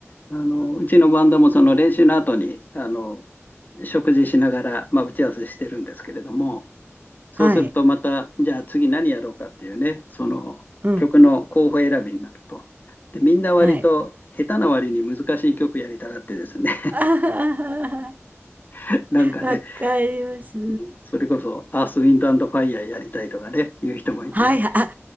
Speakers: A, on the left; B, on the right.
A: あの、うちのバンドもその練習の後に、あの、食事しながら、まあ、打ち合わせしてるんですけれども、そうするとまた、
B: はい。
A: じゃあ次何やろうかっていうね、その曲の候補選びになると。
B: うん。
A: で、みんな割と下手な割に難しい曲やりたがってですね、
B: はい。あはははは
A: <laughs> なんかね、
B: わかります。
A: うんそれこそアース、ウィンド、アンド、ファイヤーやりたいとかね、いう人もいて、
B: はい、あ、